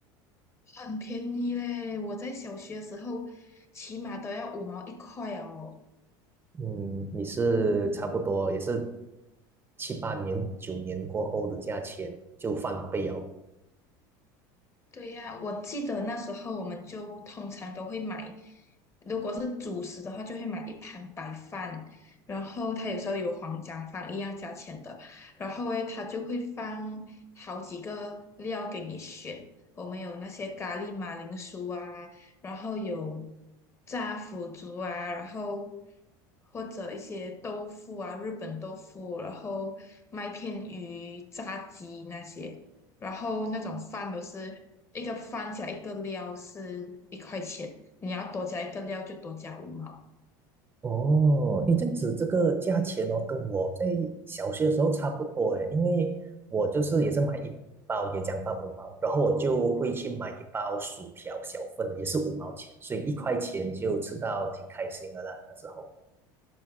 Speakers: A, on the left; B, on the right.
A: 很便宜嘞，我在小学的时候起码都要五毛一块哦。
B: 嗯，你是差不多也是七八年、九年过后的价钱就翻倍哦。
A: 对呀，我记得那时候我们就通常都会买，如果是主食的话，就会买一盘白饭，然后它有时候有黄姜饭一样价钱的，然后诶，它就会放好几个料给你选，我们有那些咖喱马铃薯啊，然后有炸腐竹啊，然后或者一些豆腐啊，日本豆腐，然后麦片鱼、炸鸡那些。然后那种饭都是一个饭加一个料是一块钱，你要多加一个料就多加五毛，
B: 哦，诶，这样子这个价钱哦，跟我在小学的时候差不多诶，因为我就是也是买一包椰浆饭五毛，然后我就会去买一包薯条小份的，也是五毛钱，所以一块钱就吃到挺开心的啦，那时候。